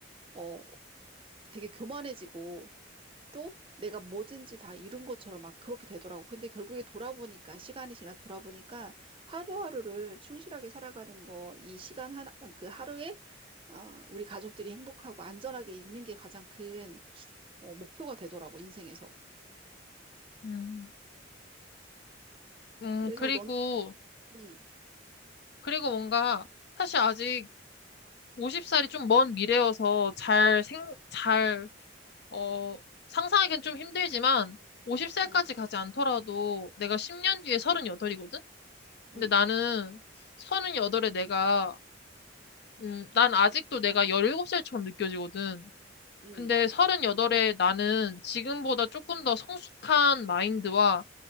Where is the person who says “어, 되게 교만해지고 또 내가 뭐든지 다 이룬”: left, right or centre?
Right